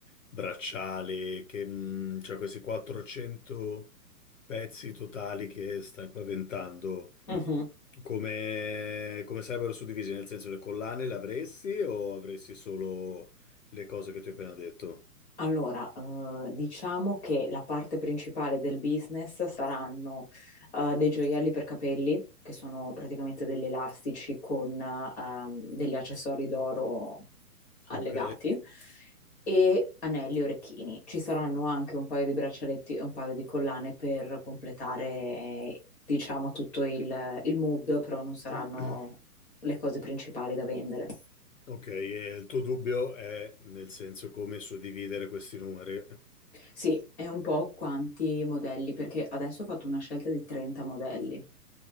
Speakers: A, on the left (about 55°); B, in the centre.
A: bracciali, che, mm, cioè questi 400 pezzi totali che stai paventando.
B: Mhm.
A: Come, come sarebbero suddivisi? Nel senso, le collane le avresti o avresti solo le cose che ti ho appena detto?
B: Allora, eh, diciamo che la parte principale del business saranno eh, dei gioielli per capelli, che sono praticamente degli elastici con ehm, degli accessori d'oro allegati,
A: Ok.
B: e anelli e orecchini. Ci saranno anche un paio di braccialetti e un paio di collane per completare, eh, diciamo, tutto il il mood, però non saranno
A: <clears throat>
B: le cose principali da vendere.
A: Ok, e il tuo dubbio è nel senso come suddividere questi numeri?
B: Sì, è un po' quanti modelli, perché adesso ho fatto una scelta di 30 modelli